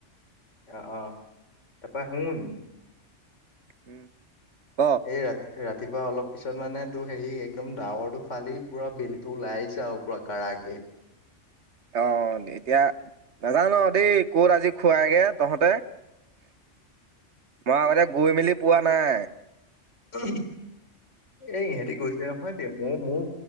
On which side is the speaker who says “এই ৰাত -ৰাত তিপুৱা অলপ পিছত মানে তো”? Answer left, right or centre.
Left